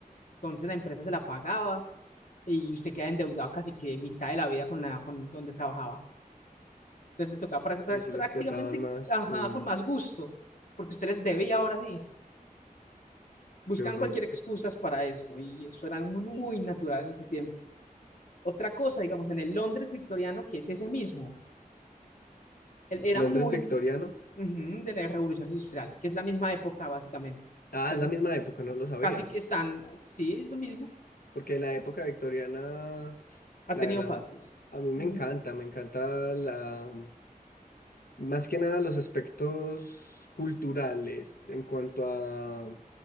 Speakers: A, on the left; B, on the left.
A: entonces la empresa se la pagaba y usted queda endeudado casi que mitad de la vida con la con donde trabajaba. Entonces le tocaba prá- prá-
B: yo sí
A: prácticamente
B: lo explotaban más.
A: ajá,
B: Uy, no.
A: con más gusto, porque usted les debe y ahora sí. Buscan
B: Qué horror.
A: cualquier excusas para eso y eso era muy, muy natural en ese tiempo. Otra cosa, digamos, en el Londres victoriano, que es ese mismo, él era
B: Londres
A: muy
B: victoriano.
A: ujú, de la Revolución Industrial, que es la misma época básicamente.
B: Ah,
A: Están,
B: es la misma época, no lo sabía.
A: casi que están, sí, es lo mismo.
B: Porque la época victoriana,
A: Ha
B: la
A: tenido
B: verdad,
A: fases.
B: a mí me
A: Ujú.
B: encanta, me encanta la, más que nada los aspectos culturales en cuanto a